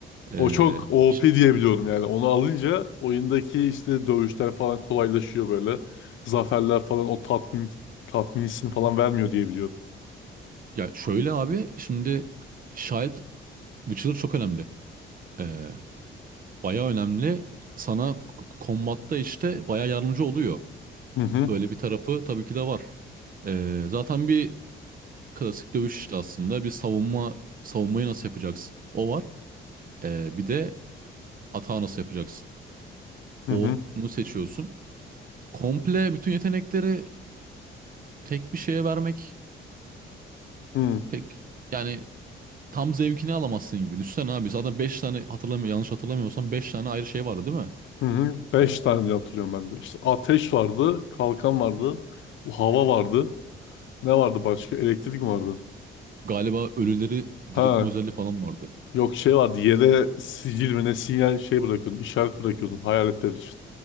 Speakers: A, on the right; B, on the left.
A: Ee,
B: O çok OP
A: ş-
B: diye biliyorum yani. Onu alınca oyundaki işte dövüşler falan kolaylaşıyor böyle. Zaferler falan o tatmin tatmin hissini falan vermiyor diye biliyorum.
A: ya şöyle abi şimdi Child Witcher çok önemli. Ee, bayağı önemli. Sana k- kombatta işte baya yardımcı oluyor.
B: Hı hı
A: Öyle bir tarafı tabii ki de var. Ee, zaten bir klasik dövüş işte aslında. Bir savunma savunmayı nasıl yapacaksın? O var. Ee, bir de atağı nasıl yapacaksın?
B: hı
A: Onu
B: hı
A: seçiyorsun. Komple bütün yetenekleri tek bir şeye vermek
B: hı
A: pek yani tam zevkini alamazsın gibi. Düşünsene abi zaten 5 tane hatırlamıyor yanlış hatırlamıyorsam 5 tane ayrı şey vardı değil mi?
B: hı. hı. Beş
A: Ee,
B: tane diye hatırlıyorum ben de. İşte ateş vardı, kalkan vardı, bu hava vardı. Ne vardı başka? Elektrik mi vardı?
A: galiba ölüleri
B: Ha,
A: diriltme özelliği falan vardı.
B: yok şey vardı. Yere sicil mi ne sinyal şey bırakıyordun, işaret bırakıyordun hayaletler için.